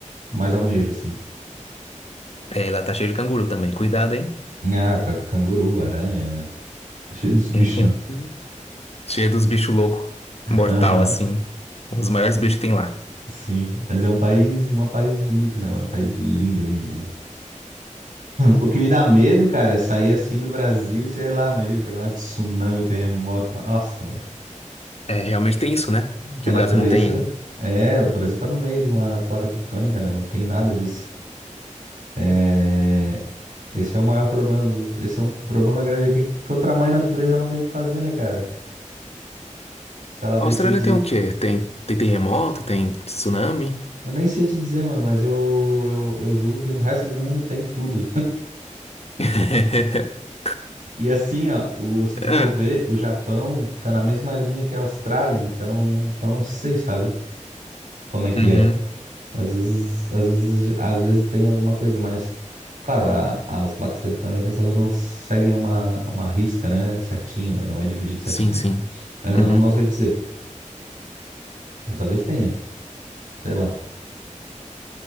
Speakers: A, on the right; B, on the left.
A: mais almejo, assim.
B: É, e lá tá cheio de canguru também. Cuidado, hein?
A: Ah, ca- canguru, aranha, <laughs> cheio dos bichos,
B: <laughs>
A: né?
B: Cheio dos bichos loucos. Mortal,
A: Aham,
B: assim. Os maiores bichos que tem lá.
A: sim. Mas é um país, um país bonito, né, mano? Um país lindo, lindo, lindo. O que me dá medo, cara, é sair assim do Brasil e sei lá, imagina pegar um tsunami, um terremoto. uma- Nossa, mano.
B: É, realmente tem isso, né?
A: que
B: Que
A: a
B: o
A: natureza.
B: Brasil não tem
A: É, o Brasil tá no meio de uma placa tectônica, né? Não tem nada disso. É, esse é o maior problema dos, esse é um problema grande aqui, que o tamanho da natureza não tem o que fazer, né, cara? Se ela decidir.
B: A Austrália tem o quê? Tem, tem terremoto? Tem tsunami?
A: Eu nem sei te dizer, mano, mas eu, eu, eu julgo que no resto do mundo tem tudo.
B: <laughs>
A: E assim, ó, o, se tu
B: Ah,
A: for ver, o Japão tá na mesma linha que a Austrália, então, então não sei, sabe? Como é que
B: Uhum.
A: é? Às vezes, às vezes, às vezes tem alguma coisa, mas, claro, a- as placas tectônicas elas não seguem uma, uma risca, né, certinho, né? Não é dividido certinho.
B: Sim, sim.
A: Mas eu
B: Uhum.
A: não, não sei dizer. Mas talvez tenha, sei lá.